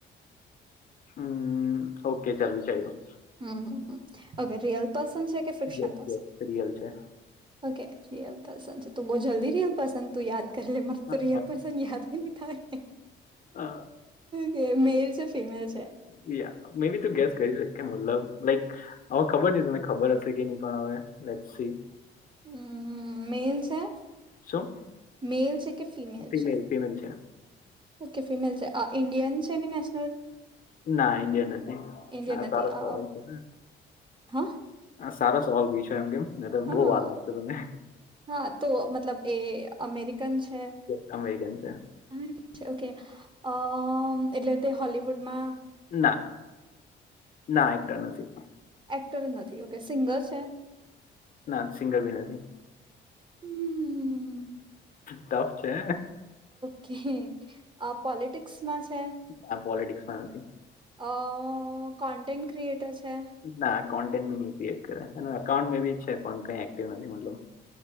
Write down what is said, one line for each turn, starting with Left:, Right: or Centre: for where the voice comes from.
Left: હમ્મ, ઓકે ચાલ વિચાર્યું.
Right: હમ્મ, ઓકે રિયલ પર્સન છે કે fiction
Left: yes
Right: person?
Left: Yes real છે
Right: ઓકે રિયલ પસંદ છે તું બહુ જલ્દી રિયલ પસંદ તું યાદ કરી લે એમાં
Left: હા.
Right: સ્રિયલ પરસન યાદ બી નહી થાય.
Left: અ,
Right: કે મેલ છે ફિમેલ છે?
Left: બિયાં મે બી તું ગેસ કરી શકી મતલબ લાઈક હવે ખબર નહીં તમને ખબર હશે કે નહી પણ હવે લેસ્ટ સી.
Right: હમ્મ, મેલ છે?
Left: શું
Right: મેલ છે કે, ફિમલ
Left: ફિમેલ
Right: છે?
Left: ફિમેલ છે
Right: ઓકે ફિમેલ છે આ ઇન્ડયન્ છે એની નેસ
Left: ના ઇન્ડિયન નથી.
Right: ઇન્ડિયન
Left: આ
Right: નથી
Left: સારો સવાલ
Right: અ
Left: છે.
Right: હા
Left: આ સારો સવાલ પૂછયો એમ કેમ. ને તો
Right: હા
Left: બહુ વાર લાગતો તમે
Right: હા તો મતલબ એ અમેરિકન છે.
Left: અમેરિકન છે.
Right: અને ઓકે અહ એટલે તે હોલિવુડમાં
Left: ના ના એકટર નથી.
Right: એક્ટર એ નથી ઓકે સિંગર છે?
Left: ના સિંગર બી નથી.
Right: હમ્મ.
Left: ટફ છે.
Right: કે આ પોલિટિક્સમાં છે?
Left: આ પોલિટિક્સ માં નથી.
Right: અહ કોન્ટન્ટેન્ટ ક્રિએટર છે?
Left: ના આ કોન્ટેન્ટ નહીંકરે અને એકાઉન્ટ બી જ છે કઈ એક્ટિવ નથી મતલબ.